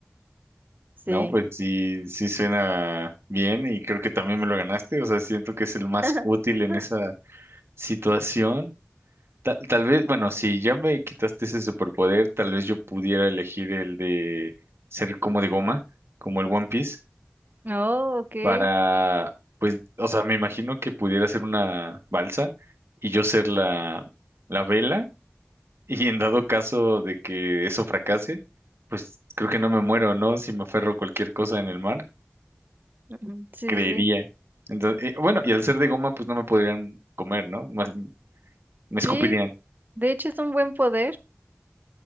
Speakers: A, on the right; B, on the right.
A: Sí.
B: No, pues sí, sí suena bien y creo que también me lo ganaste. O sea, siento que es el
A: <laughs>
B: más útil en esa situación. Ta- tal vez, bueno, si ya me quitaste ese superpoder, tal vez yo pudiera elegir el de ser como de goma, como el One Piece,
A: Oh, ok.
B: para, pues, o sea, me imagino que pudiera ser una balsa y yo ser la, la vela y en dado caso de que eso fracase, pues creo que no me muero, ¿no? Si me aferro a cualquier cosa en el mar,
A: Ujú, Sí,
B: creería.
A: sí, sí.
B: Entonces, eh, bueno, y al ser de goma, pues no me podrían comer, ¿no? Más- me
A: Sí,
B: escupirían.
A: de hecho es un buen poder.